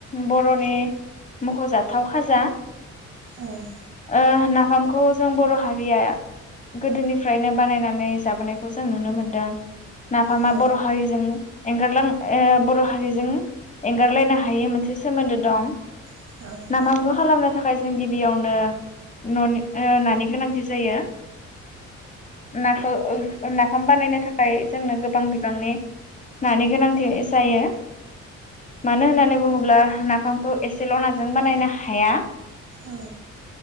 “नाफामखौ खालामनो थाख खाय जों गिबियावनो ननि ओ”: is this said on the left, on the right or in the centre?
Left